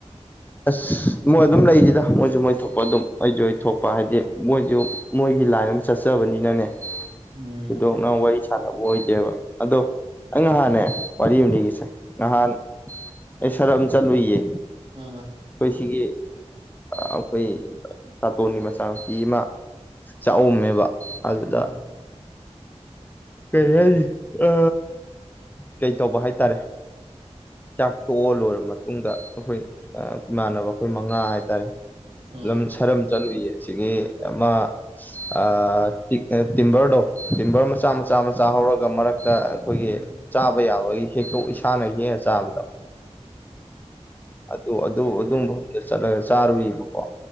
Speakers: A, on the left; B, on the right.
A: ꯑꯁ ꯃꯣꯏ ꯑꯗꯨꯝ ꯂꯩꯔꯤꯗ ꯃꯣꯏꯁꯨ ꯃꯣꯏ ꯊꯣꯛꯄ ꯑꯗꯨꯝ ꯑꯩꯁꯨ ꯑꯩ ꯊꯣꯛꯄ ꯍꯥꯏꯗꯤ ꯃꯣꯏꯁꯨ ꯃꯣꯏꯒꯤ ꯂꯥꯏꯟ ꯑꯃ ꯆꯠꯆꯕꯅꯤꯅꯅꯦ
B: ꯎꯝ
A: ꯊꯣꯏꯗꯣꯛꯅ ꯋꯥꯔꯤ ꯁꯥꯟꯅꯕ ꯑꯣꯏꯗꯦꯕ ꯑꯗꯣ ꯑꯩꯩ ꯅꯍꯥꯟꯅꯦ ꯋꯥꯔꯤ ꯑꯃ
B: ꯎꯝ
A: ꯂꯩꯒꯦꯁꯦ ꯅꯍꯥꯟ ꯑꯩ ꯁꯔꯝ ꯆꯠꯂꯨꯏꯌꯦ
B: ꯑ
A: ꯑꯩꯈꯣꯏ ꯁꯤꯒꯤ ꯑꯩꯈꯣꯏ ꯇꯥꯇꯣꯟꯒꯤ ꯃꯆꯥꯅꯨꯄꯤ ꯑꯃ ꯆꯥꯛꯎꯝꯃꯦꯕ ꯑꯗꯨꯗ
B: ꯎꯝ
A: ꯀꯩ ꯍꯥꯏꯅꯤ ꯑ ꯀꯩꯇꯧꯕ ꯍꯥꯏꯇꯥꯔꯦ ꯆꯥꯛ ꯇꯣꯛꯑ ꯂꯣꯏꯔꯕ ꯃꯇꯨꯡꯗ ꯑꯩꯈꯣꯏ ꯏꯃꯥꯟꯅꯕ ꯑꯩꯈꯣꯏ ꯃꯉꯥ ꯍꯥꯏꯇꯥꯔꯦ
B: ꯑ ꯎꯝ
A: ꯂꯝ ꯁꯔꯝ ꯆꯠꯂꯨꯏ ꯑꯁꯤꯒꯤ ꯑꯃ ꯑ ꯇꯤꯛ ꯇꯤꯝꯕꯔꯗꯣ ꯇꯤꯝꯕꯔ ꯃꯆꯥ ꯃꯆꯥ ꯃꯆꯥ ꯍꯧꯔꯒ ꯃꯔꯛ ꯇ ꯑꯩꯈꯣꯏꯒꯤ
B: ꯎꯝ
A: ꯆꯥꯕ ꯌꯥꯕꯒꯤ ꯍꯦꯛꯇꯣ <unintelligible> ꯏꯁꯥꯅ ꯍꯦꯛꯑ ꯆꯥꯕꯗꯣ ꯑꯗꯨ ꯑꯗꯨ ꯑꯗꯨ ꯃꯐꯝꯗꯨꯗ ꯆꯠꯂꯒ ꯆꯥꯔꯨꯏꯕꯀꯣ